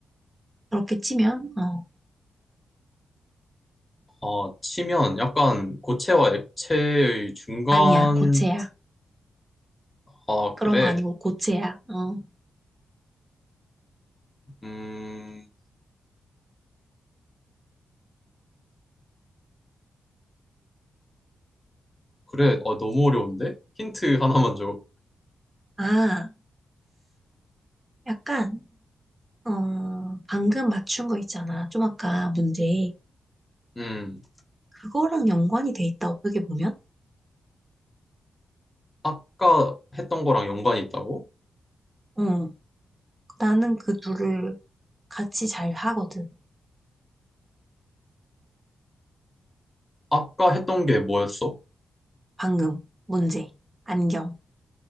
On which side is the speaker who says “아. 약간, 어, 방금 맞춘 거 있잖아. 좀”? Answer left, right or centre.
Right